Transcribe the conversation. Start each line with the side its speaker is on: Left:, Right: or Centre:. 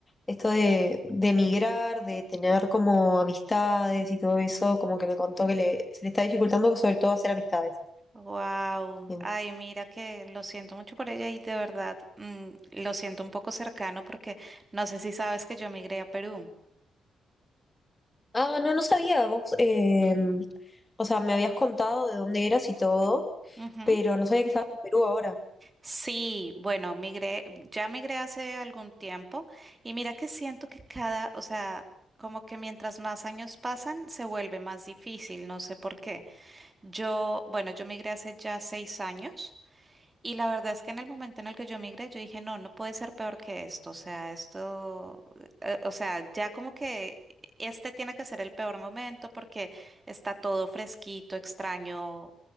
Left: esto de, de emigrar, de tener como amistades y todo eso, como que me contó que le, se le está dificultando sobre todo hacer amistades.
Right: Wow,
Left: Em,
Right: ay, mira que lo siento mucho por ella y de verdad mm, lo siento un poco cercano porque no sé si sabes que yo migré a Perú.
Left: Ah, no, no sabía, vos, em, o sea, me habías contado de dónde eras y todo,
Right: Ujú.
Left: pero no sabía que estabas en Perú ahora.
Right: Sí, bueno, migré, ya migré hace algún tiempo y mira que siento que cada, o sea, como que mientras más años pasan se vuelve más difícil, no sé por qué. Yo, bueno, yo migré hace ya seis años. Y la verdad es que en el momento en el que yo migré, yo dije, no, no puede ser peor que esto. O sea, esto, eh, o sea, ya como que este tiene que ser el peor momento porque está todo fresquito, extraño,